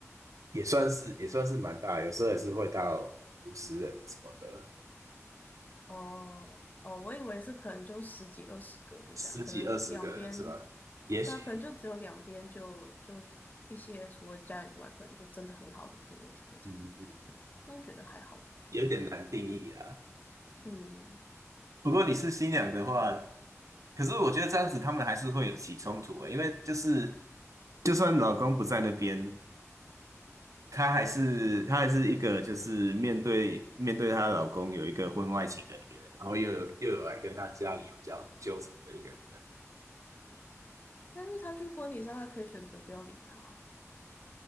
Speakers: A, on the right; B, on the left.
A: 也算是也算是蛮大的有时候也是会到五十人什么的。
B: 哦哦，我以为是可能就十几二十个，就这样，
A: 十几二十个人是吧？
B: 可能两边，
A: 也许，
B: 对啊，可能就只有两边就就一些除了家人以外，可能就真的很好的朋友才会参加，
A: 嗯嗯，
B: 那我觉得还好吧，就是就
A: 有点难定义啊。
B: 嗯，
A: 不过你是新娘的话，可是我觉得这样子他们还是会有起冲突的因为就是就算老公不在那边，她还是她还是一个就是面对面对她老公有一个婚外情的女人，然后又有又有来跟她家里有交纠缠的一个人。
B: 但是他去婚礼上，他可以选择不要理他，